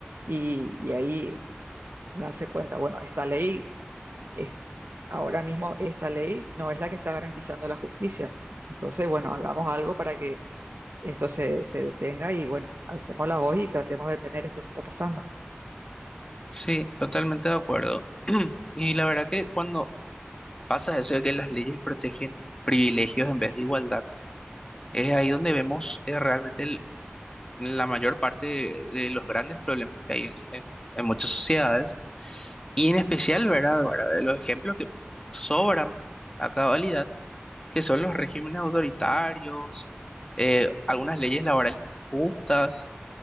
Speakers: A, on the right; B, on the left.
A: y, y ahí darse cuenta, bueno, esta ley es- ahora mismo esta ley no es la que está garantizando la justicia. Entonces, bueno, hagamos algo para que esto se, se detenga y bueno, hacemos la voz y tratemos de detener esto que está pasando.
B: Sí, totalmente de acuerdo. <clears throat> Y la verdad que cuando pasa eso de que las leyes protegen privilegios en vez de igualdad, es ahí donde vemos eh, realmente la mayor parte de, de los grandes problemas que hay en, en- en muchas sociedades, y en especial, ¿verdad? Ahora, De los ejemplos que sobran a cabalidad, que son los regímenes autoritarios, eh, algunas leyes laborales injustas,